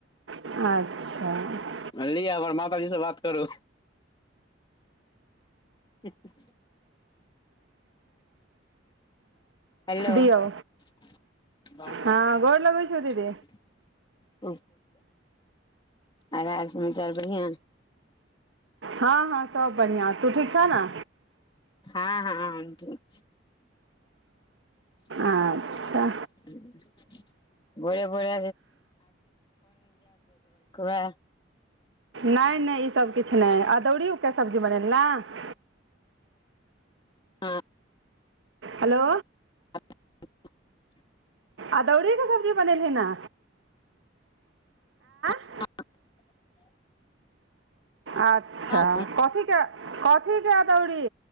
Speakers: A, on the right; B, on the left.
A: <unintelligible>
B: हऽ लिय हमर माताजी स बात करू <unintelligible> हेलो
A: दियौ
B: <unintelligible>
A: हँ गोर लगै छौ दीदी
B: <unintelligible> हाल समाचार बढ़िया
A: हँ हँ सब बढ़िया तू ठीक छ न
B: हँ हँ हम ठीक छी <unintelligible>
A: अच्छा
B: भोरे भोरे <unintelligible>
A: नै नै ई सब किछ नै अदौड़िये सब्जी बनैलिय न
B: हँ
A: हेलो
B: <unintelligible>
A: अदौरी कऽ सब्जी बनेलिआँ <unintelligible>
B: <unintelligible>
A: अच्छा
B: हँ
A: कथी कथी कऽ अदौड़ी